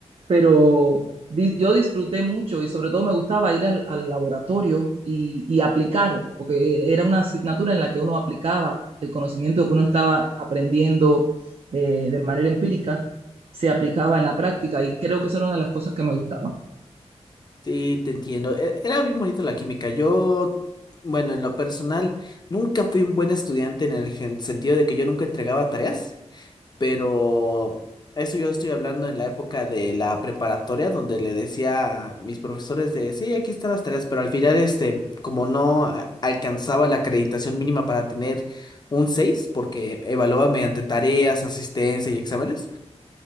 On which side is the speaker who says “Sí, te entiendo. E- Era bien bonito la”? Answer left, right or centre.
Left